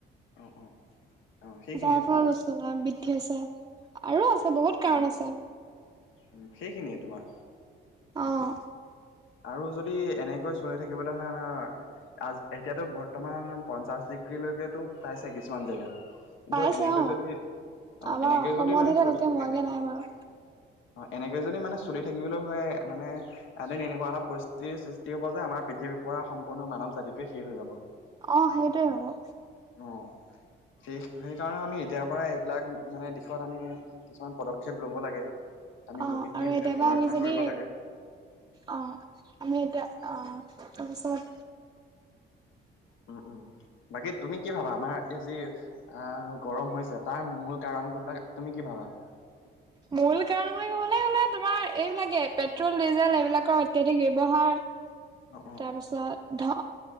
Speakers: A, on the left; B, on the right.
A: অ', অ', অ সেইখিনিয়ে
B: যাৰ ফলত উষ্ণতা বৃদ্ধি হৈছে আৰু আছে বহুত কাৰণ আছে।
A: উম্, সেইখিনিয়ে তোমাৰ
B: অ',
A: আৰু যদি এনেকৈ চলি থাকিবলৈ হয়, আমাৰ অ', এতিয়াতো বৰ্তমান পঞ্চাশ ডিগ্ৰীলৈকো পাইছে কিছুমান জেগাত। কিন্তু
B: পাইছে
A: এনেকে
B: অ
A: যদি অ',
B: আমাৰ
A: এনেকে
B: অসমতহে
A: যদি মানে
B: তেওঁলোকে হোৱাগে
A: দি থাকে
B: নাই বাৰু
A: অ', এনেকে যদি মানে চলি থাকিবলৈও হয় মানে, এনে এটা পৰিস্থিতিৰ সৃষ্টি হব যে, আমাৰ পৃথিৱীৰ পৰা সম্পূৰ্ণ মানৱ জাতিটোৱে শেষ হৈ যাব।
B: অ', সেইটোৱে হ'ব।
A: অ', সেই সেইকাৰণে আমি এতিয়াৰ পৰা এইবিলাক মানে দিশত আমি কিছুমান পদক্ষেপ লব লাগে, আমি
B: অ
A: প্ৰকৃতি
B: আৰু
A: বিলাক
B: এতিয়াবা
A: সংৰক্ষণ
B: আমি যদি
A: কৰিব লাগে।
B: অ', আমি এতিয়া অ', তাৰপিছত
A: উম, উম বাকী তুমি কি ভাবা আমাৰ এই যি অ', গৰম হৈছে তাৰ মূল কাৰণবলাক তুমি কি ভাবা।
B: মূল কাৰণ বুলি ক'বলে হলে তোমাৰ এইবিলাকে পেট্ৰল ডিজেল এইবিলাকৰ অত্যাধিক ব্যৱহাৰ।
A: অ অ
B: তাৰপিছত